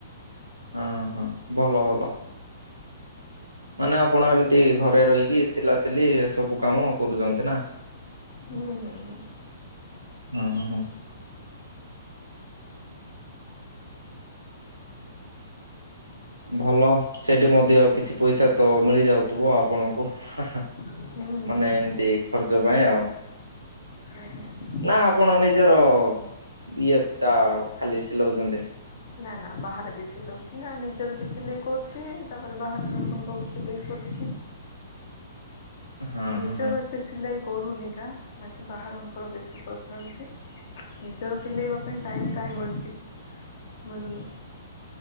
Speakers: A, on the right; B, on the left.
A: ହଁ ହଁ ଭଲ ଭଲ। ମାନେ ଆପଣ ଏମିତି ଘରେ ରହିକି ସିଲାସିଲି ଏ ସବୁ କାମ କରୁଚନ୍ତି ନା।
B: ହୁଁ ହୁଁ ହୁଁ।
A: ହଁ ହଁ। ଭଲ ସେଇଠି ମଧ୍ୟ କିଛି ପଇସା ତ ମିଳି ଯାଉଥିବ ଆପଣଙ୍କୁ? ହା ହା।
B: ହୁଁ ହୁଁ
A: ମାନେ
B: ହୁଁ।
A: ଏମତି ଖର୍ଚ୍ଚ ପାଇଁ ଆଉ।
B: ଆଜ୍ଞା।
A: ନା ଆପଣ ନିଜର ଇଏଚ୍ ତା ଖାଲି ସିଲଉଛନ୍ତି।
B: ନା ନା ବାହାରେ ବି ସିଲଉଛି ନା ନିଜର ବି ସିଲେଇ କରୁଛି। ତାପରେ ବାହାର ଲୋକଙ୍କର ବି ସିଲେଇ କରୁଛି।
A: ହଁ
B: ନିଜର
A: ହଁ ହଁ।
B: ଏତେ ସିଲେଇ କରୁନି ଗା ନାକି ବାହାରଙ୍କର ବେଶୀ କର୍ ମିଳୁଚି। ନିଜର ସିଲେଇବା ପାଇଁ ଟାଇମ୍ କାହିଁ ମିଳୁଚି କି? ମିଳୁନି।